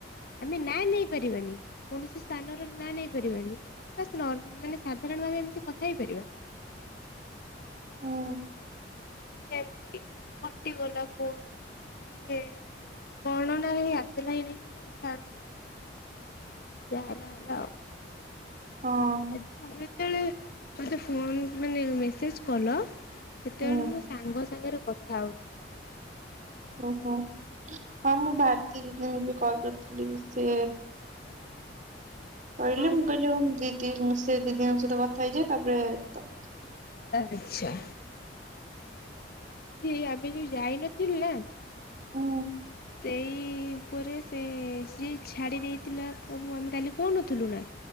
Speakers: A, on the left (about 55°); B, on the right (about 45°).
A: ଆମେ ନା ନେଇ ପାରିବାନି। କୌଣସି ସ୍ଥାନ ର ନାଁ ନେଇ ପାରିବାନି। ବାସ୍ ନିର୍ମ- ମାନେ ସାଧାରଣ ଭାବେ ଏମିତି କଥା ହେଇପାରିବା?
B: ହୁଁ
A: ଯେମ୍ ତି କଟିଗଲା ଫୋନ୍ ସେ ଗଣନାରେ ହିଁ ଆସିଲାଇ ନାହିଁ। ଛାଡ। ଜାହା ହେଲା ହେଲା, ଆଉ।
B: ହଁ
A: ଆ ତମେ ଯେତେବେଳେ ମତେ ଫୋନ୍ ମାନେ ମେସେଜ୍ କଲ ସେତେବେଳେ
B: ହୁଁ
A: ମୁଁ ସାଙ୍ଗ ସାଙ୍ଗରେ କଥା ହୋଉ
B: ଓହୋ। ହଁ ମୁଁ ଭାର୍ତି ଦିଦିଙ୍କୁ ବି କଲ୍ କରିଥିଲି। ସେ କହିଲେ
A: କଣ
B: ମୁଁ କହିଲି ହୋଉ, ମୁଁ ଟି ମୁଁ ସେ ଦିଦିଙ୍କ ସହିତ କଥା ହେଇଯାଏ। ତାପରେ ତ
A: ଆଛା। ସେ ଆମେ ଯୋଉ ଯାଇନଥିଲୁ ନା
B: ହୁଁ।
A: ସେଇ ଉପରେ ସେ, ସିଏ ଛାଡ଼ି ଦେଇଥିଲା, କ ମାନେ କାଲି କହୁନଥିଲୁ ନା?